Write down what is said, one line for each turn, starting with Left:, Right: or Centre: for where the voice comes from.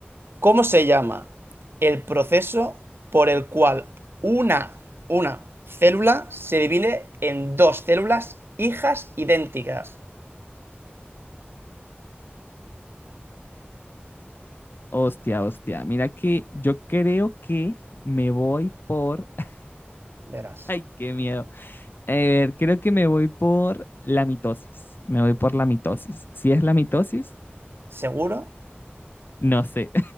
Right: ¿Cómo se llama el proceso por el cual una, una célula se divide en dos células hijas idénticas?
Left: Hostia, hostia. Mira que yo creo que me voy por. <laughs>
Right: Verás.
Left: Ay, qué miedo. A ver, creo que me voy por la mitosis. Me voy por la mitosis. Si es la mitosis,
Right: ¿Seguro?
Left: no sé.